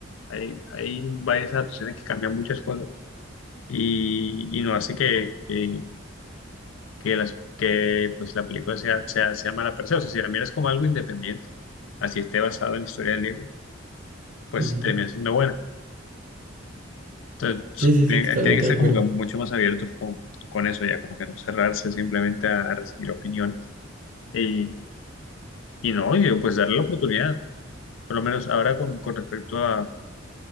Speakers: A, on the left; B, on the right.
A: hay, hay varias adaptaciones que cambian muchas cosas y, y no hace que, que que, las, que pues, la película sea, sea, sea mala per se. O sea, si la miras como algo independiente, así esté basado en la historia del libro, pues
B: Ujú.
A: termina siendo buena. Entonces,
B: Sí, sí,
A: tiene,
B: sí, totalmente
A: tiene que ser
B: de acuerdo.
A: como que mucho más abiertos con, con eso ya, como que no cerrarse simplemente a, a recibir opiniones. Y, y no, y pues darle la oportunidad. Por lo menos ahora con, con respecto a,